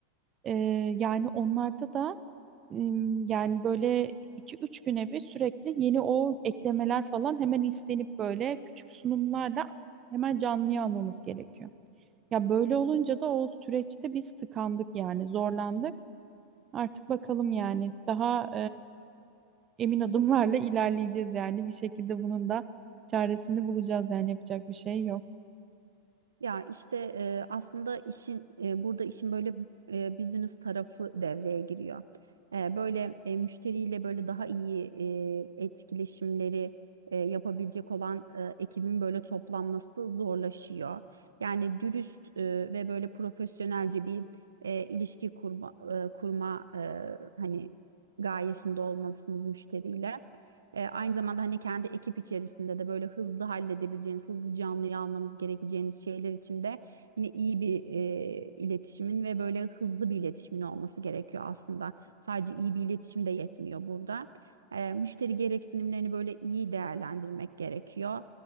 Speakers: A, on the right; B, on the right.
A: Ee, yani onlarda da em, yani böyle iki üç güne bir sürekli yeni o eklemeler falan hemen istenip böyle küçük sunumlarla hemen canlıya almamız gerekiyor. Ya böyle olunca da o süreçte biz tıkandık yani zorlandık. Artık bakalım yani daha e, emin adımlarla ilerleyeceğiz yani bir şekilde bunun da çaresini bulacağız yani yapacak bir şey yok.
B: Ya işte e, aslında işin e, burada işin böyle e, business tarafı devreye giriyor. E, böyle e, müşteriyle böyle daha iyi e, etkileşimleri e, yapabilecek olan e, ekibin böyle toplanması zorlaşıyor. Yani dürüst e, ve böyle profesyonelce bir e, ilişki kurma, e, kurma e, hani gayesinde olmalısınız müşteriyle. E, aynı zamanda hani kendi ekip içerisinde de böyle hızlı halledebileceğiniz, hızlı canlıyı almanız gerekeceğiniz şeyler için de yine iyi bir e, iletişimin ve böyle hızlı bir iletişimin olması gerekiyor aslında. Sadece iyi bir iletişim de yetmiyor burada. E, müşteri gereksinimlerini böyle iyi değerlendirmek gerekiyor.